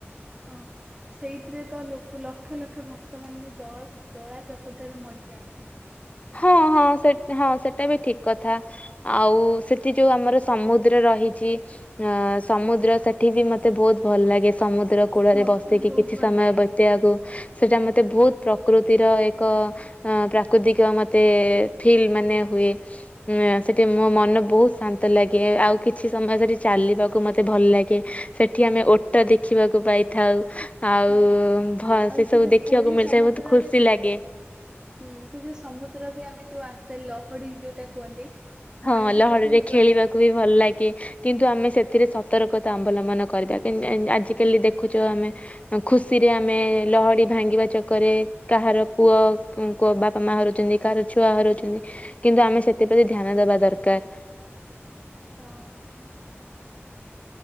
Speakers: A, on the right; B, on the left.
A: ହଁ ସେଇଥିରେ ତ ଲୋକ ଲ ଲକ୍ଷ ଲକ୍ଷ ଭକ୍ତମାନେ ଦଳ ଦଳା ଚକଟରେ ମରିଯାଆନ୍ତି।
B: ହଁ ହଁ ସେ ହଁ ସେଟା ବି ଠିକ କଥା ଆଉ ସେଠି ଯୋଉ ଆମର ସମୁଦ୍ର ରହିଛି ଅ ସମୁଦ୍ର ସେଠି ବି ମତେ ବହୁତ ଭଲ ଲାଗେ। ସମୁଦ୍ର କୂଳରେ
A: ମତେ
B: ବସିକି
A: ବହୁତ
B: କିଛି
A: ଭଲ
B: ସମୟ
A: ଲାଗେ
B: ବିତେଇବାକୁ। ସେଟା ମତେ ବହୁତ ପ୍ରକୃତିର ଏକ ଅ ପ୍ରାକୃତିକ ମ ମତେ ଫିଲ୍ ମାନେ ହୁଏ ସେଠି ମୋ ମନ ବହୁତ ଶାନ୍ତ ଲାଗେ ଆଉ କିଛି ସମୟ ସେଠି ଚାଲିବାକୁ ମତେ ଭଲ ଲାଗେ ସେଠି ଆମେ ଓଟ ଦେଖିବାକୁ ପାଇଥାଉ। ଆଉ
A: ହଁ
B: ଭ
A: ଆଉ
B: ସେ ସବୁ
A: ଯୋଉ
B: ଦେଖିବାକୁ
A: ପୁରୀ
B: ମିଳିଥାଏ
A: ସମୁଦ୍ରରେ
B: ବହୁତ ଖୁସି ଲାଗେ।
A: ହୁଁ ସେ ଯୋଉ ସମୁଦ୍ର ଆମେ ଯୋଉ ଆସେ ଲହଡି ଯୋଉଟା କୁହନ୍ତି।
B: ହଁ
A: ଭାଙ୍ଗିବାକୁ
B: ଲହଡି
A: ବି
B: ରେ ଖେଳିବାକୁ
A: ଭଲ ଲାଗେ
B: ବି ଭଲ ଲାଗେ କିନ୍ତୁ
A: ହଁ
B: ଆମେ ସେଥିରେ ସତର୍କ। ତା ଅବଲମ୍ବନ କରିବା ଆଜିକାଲି ଦେଖୁଚ ଆମେ ଖୁସିରେ ଆମେ ଲହଡି ଭାଙ୍ଗିବା ଚକରେ କାହାର ପୁଅ ବାପା ମା ହରଉଛନ୍ତି କାହାର ଛୁଆ ହରଉଛନ୍ତି କିନ୍ତୁ ଆମେ ସେଥିପତି ଧ୍ୟାନ ଦବା ଦରକାର।
A: ହଁ।